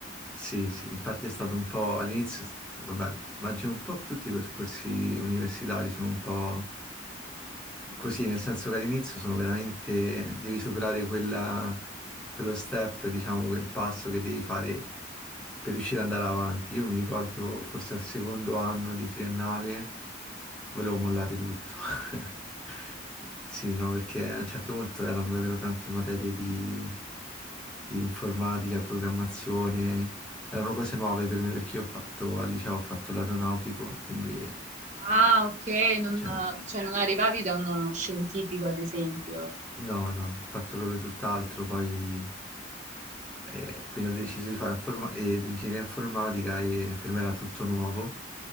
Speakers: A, in the centre; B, on the right.
A: Sì, sì, infatti è stato un po' all'inizio, vabbè, immagino un po' tutti i percorsi universitari sono un po' così, nel senso che all'inizio sono veramente, devi superare quella- quello step, diciamo, quel passo che devi fare per riuscire ad andare avanti. Io mi ricordo forse al secondo anno di triennale volevo mollare tutto. <laughs> Sì, no, perché a un certo punto erano davvero tante materie di, di informatica, programmazione, erano cose nuove per me perché io ho fatto, al liceo ho fatto l'aeronautico, quindi,
B: Ah, ok, non,
A: cioè,
B: cioè non arrivavi da uno scientifico, ad esempio.
A: no, no, ho fatto proprio tutt'altro, poi, eh, quindi ho deciso di fare informa- eh, l'ingegneria informatica e per me era tutto nuovo.